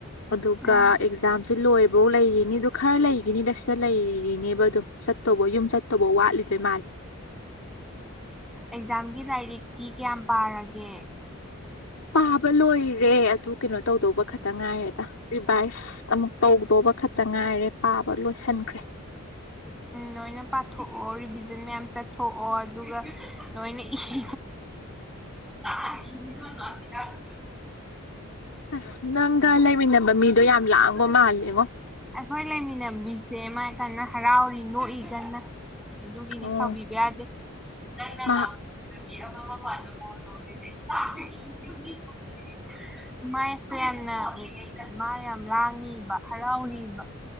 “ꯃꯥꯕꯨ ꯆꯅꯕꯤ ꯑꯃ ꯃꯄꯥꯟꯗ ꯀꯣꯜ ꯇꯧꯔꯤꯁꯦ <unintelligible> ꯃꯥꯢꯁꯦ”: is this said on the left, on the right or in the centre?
Centre